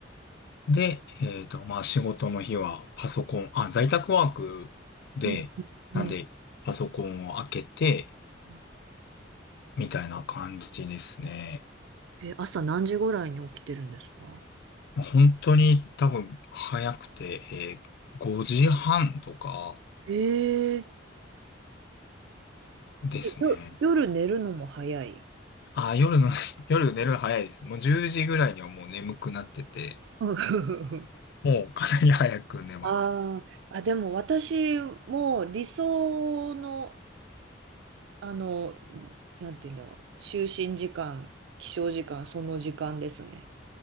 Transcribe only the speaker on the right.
うん。うん。
うん
え、朝何時ぐらいに起きてるんですか
ええ
え、よ、夜寝るのも早い。
<laughs>
あーあ、でも私も理想の、あの、なんて言うんだろう、就寝時間、起床時間、その時間ですね。